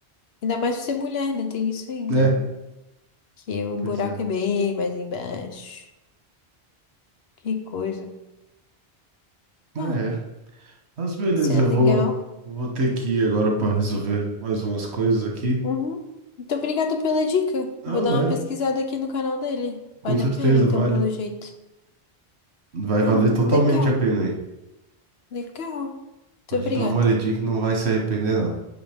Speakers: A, on the left (about 70°); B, on the right (about 80°).
A: Ainda mais por ser mulher, né? Tem isso ainda,
B: É,
A: né? que o
B: pois
A: buraco
B: é.
A: é bem mais embaixo. Que coisa. Ah,
B: É, mas beleza,
A: isso é
B: eu vou,
A: legal.
B: vou ter que ir agora pra resolver mais umas coisas aqui.
A: Uhum. Muito obrigada pela dica. Eu
B: Não,
A: Vou dar uma
B: é,
A: pesquisada aqui no canal dele.
B: com
A: Vale
B: certeza
A: a pena, então,
B: vale,
A: pelo jeito.
B: vai
A: Ah,
B: valer totalmente
A: legal,
B: a pena aí.
A: legal. Muito
B: Pode
A: obrigada.
B: dar uma olhadinha que não vai se arrepender não.